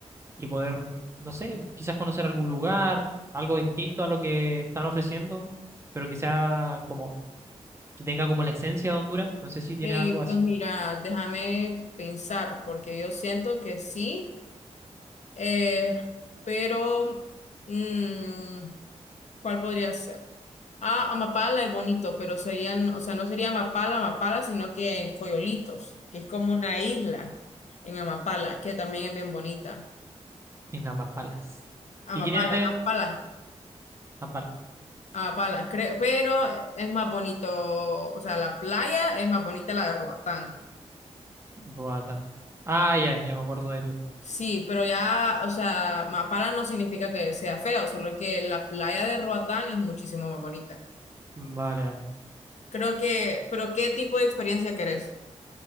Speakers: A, on the right; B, on the left.
A: y poder, no sé, quizás conocer algún lugar, algo distinto a lo que están ofreciendo, pero que sea como, que tenga como la esencia de Honduras. No sé si tienes
B: Eh,
A: algo así
B: pues mira, déjame pensar, porque yo siento que sí, eh, pero mm, ¿cuál podría ser? Ah, Amapala es bonito, pero serían, o sea, no sería Amapala, Amapala, sino que en Coyolitos, que es como una isla en Amapala, que también es bien bonita.
A: en Amapalas.
B: Amapala,
A: ¿Y qué tienen de
B: Amapala,
A: Amapalas?
B: Amapala, creo, pero es más bonito, o sea, la playa es más bonita la de Roatán.
A: Roatán. Ah, ya, ya me acuerdo del,
B: Sí, pero ya, o sea, Mapala no significa que sea feo, solo que la playa de Roatán es muchísimo más bonita.
A: Vale, vale.
B: Creo que, pero ¿qué tipo de experiencia querés?